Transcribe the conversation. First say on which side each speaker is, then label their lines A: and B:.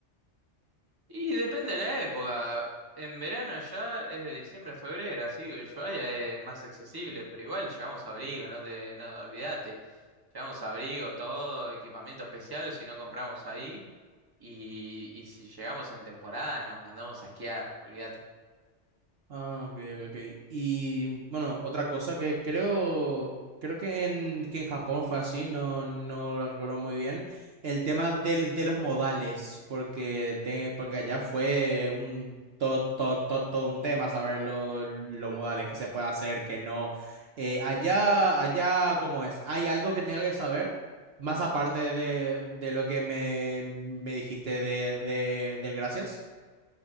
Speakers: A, on the right; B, on the right.
A: Y depende de la época. En verano allá es de diciembre a febrero, así que Ushuaia es más accesible, pero igual llevamos abrigo, no te, no olvídate. Llevamos abrigo, todo, equipamiento especial, o si no compramos ahí. Y, y si llegamos en temporada nos mandamos a esquiar, olvídate.
B: Ah, ok, ok, ok. Y bueno, otra cosa que creo, creo que en, que en Japón fue así, no, no lo recuerdo muy bien, el tema del, de los modales, porque, te, porque allá fue un, todo, todo, todo, todo un tema saber lo- los modales, que se puede hacer, que no. Eh, allá, allá, ¿cómo es? ¿Hay algo que tenga que saber? Más aparte de, de lo que me, me dijiste de, de, del gracias.